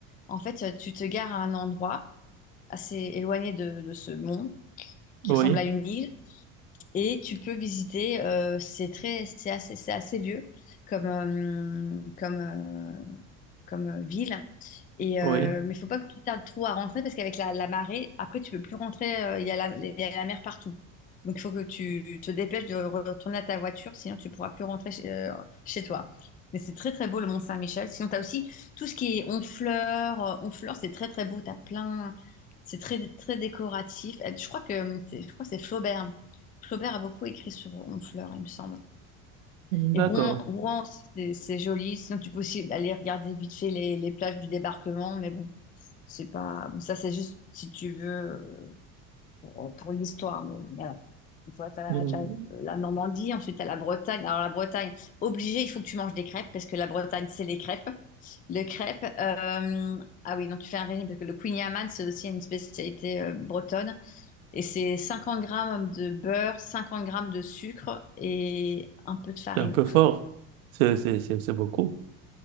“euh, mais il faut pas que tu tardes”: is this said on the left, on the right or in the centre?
Left